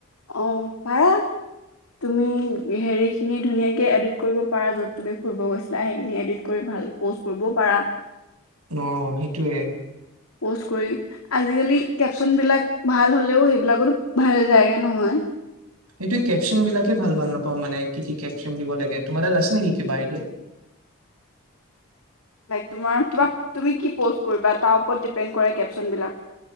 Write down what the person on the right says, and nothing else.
অ' সেইটোয়ে
সেইটোে কেপচন বিলাকে ভাল ভাল নাপাওঁ মানে কি কি কেপচন দিব লাগে তোমাৰ তাত আছে নেকি কিবা আইডিয়া